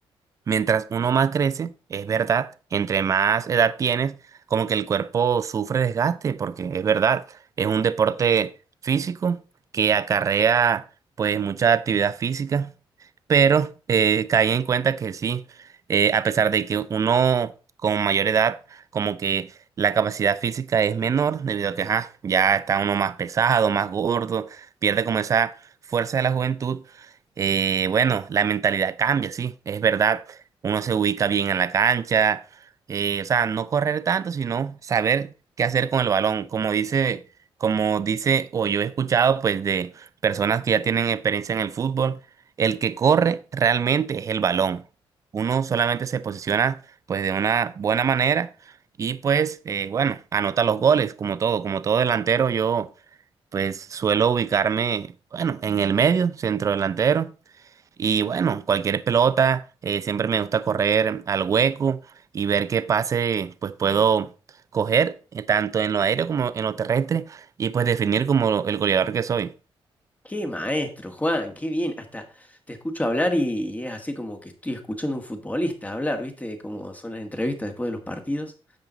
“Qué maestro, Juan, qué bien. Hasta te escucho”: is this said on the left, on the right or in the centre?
Left